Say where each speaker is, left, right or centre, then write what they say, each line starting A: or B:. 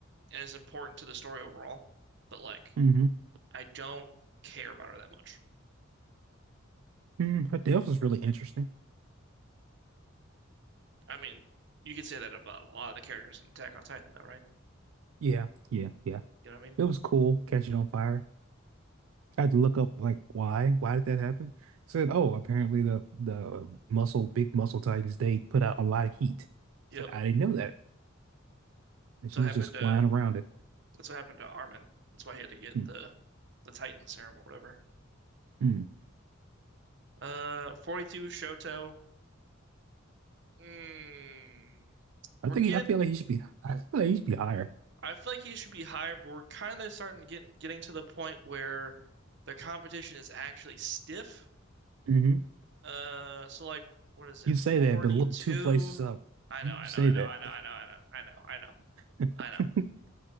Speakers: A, on the right; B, on the right.
A: and is important to the story overall. But like,
B: hmm
A: I don't care about her that much.
B: Mm, her death was really interesting.
A: I mean, you could say that about a lot of the characters in Attack on Titan, though, right?
B: Yeah. Yeah. Yeah.
A: You know what I mean?
B: It was cool. Catch it on fire. I had to look up like why why did that happen? said, oh, apparently the the uh, muscle big muscle titans they put out a lot of heat.
A: Yep.
B: said I didn't know that, and
A: That's
B: she
A: what
B: was
A: happened
B: just
A: to
B: flying around it.
A: that's what happened to Armin. That's why he had to get
B: Hmm,
A: the the Titan serum or whatever.
B: hmm.
A: Uh, 42 Shoto. Mm,
B: I
A: we're
B: think
A: getting.
B: he, I feel like he should be I feel like he should be higher.
A: I feel like he should be higher, but we're kind of starting getting getting to the point where the competition is actually stiff.
B: hmm
A: Uh, so like, what is it?
B: You
A: 42.
B: say that, but look two places up.
A: I
B: You,
A: know, I
B: you say
A: know, I know,
B: that.
A: I know, I know, I know, I know, I know,
B: <laughs>
A: I know.